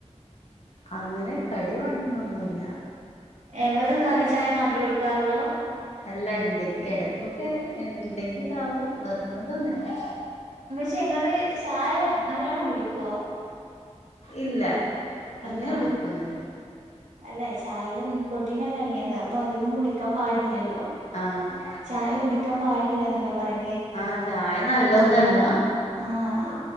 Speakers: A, on the left; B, on the right.
A: അങ്ങനെ കടി വേണനൊന്നുല്ല
B: ഏഹ് വെറും കാലിച്ചായ മാത്രം കുടിക്കാറൊള്ളൂ
A: അല്ല ഇണ്ടെങ്കി എടക്കൊക്കെ ഇണ്ടങ്കി ഇണ്ടാവും നിർബന്ധം ഒന്നുല്ല
B: പക്ഷെ ഇങ്ങള് ചായ നല്ലവണ്ണം കുടിക്കോ
A: ഇല്ല അങ്ങനെ
B: ഇല്ല
A: കുടിക്കോന്നി
B: അല്ല ചായേലും നികോടിൻ എല്ലാം അടങ്ങിയതാ അപ്പം അധികം കുടിക്കാൻ പാടില്ലല്ലോ
A: ആഹ്
B: ചായ കുടിക്കാൻ പാടില്ലാന്നല്ല പറയ്
A: ആഹ് ചായ നല്ലൊന്നല്ല
B: ആഹ്